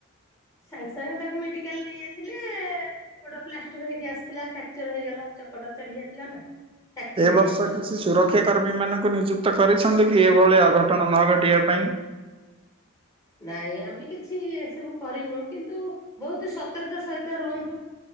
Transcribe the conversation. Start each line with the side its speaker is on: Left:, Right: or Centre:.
Left: ସାଙ୍ଗେ ସାଙ୍ଗେ ତାକୁ ମେଡିକାଲ ନେଇ ଯାଇଥିଲେ ଗୋଡ ପ୍ଲାଷ୍ଟର ହେଇକି ଆସିଥିଲା ଫ୍ୟାକ୍ଚର ହେଇଗଲା ଚକଟା ଚଢି ଯାଇଥିଲା ନା ଫ୍ରାକ୍ଚର
Right: ଏ
Left: ହେଇଯାଇଥିଲା।
Right: ବର୍ଷ କିଛି ସୁରକ୍ଷା କର୍ମୀମାନଙ୍କୁ ନିଯୁକ୍ତ କରିଛନ୍ତି କି ଏଭଳିଆ ଅଘଟଣ ନ ଘଟିବା ପାଇଁ?
Left: ନାଇଁ ଆମେ କିଛି ଏସବୁ କରିନୁ କିନ୍ତୁ ବହୁତ ସତର୍କ ସହିତ ରୁହନ୍ତୁ।